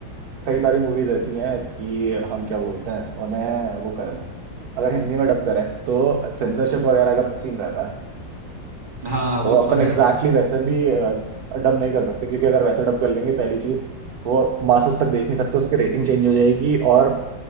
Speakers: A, on the right (about 65°); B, on the right (about 25°).
A: कई सारी मूवीज ऐसी हैं कि हम क्या बोलते हैं उन्हें वो कर लें अगर हिंदी में डब करें तो सेंसरशिप वगैरह का सीन रहता है
B: हाँ वो
A: तो
B: तो
A: अपन
B: है
A: एग्जैक्टली
B: यार
A: exactly वैसे भी डब नहीं कर सकते क्योंकि अगर वैसे डब कर लेंगे पहली चीज वो मासस तक देख नहीं सकते उसकी रेटिंग चेंज हो जाएगी और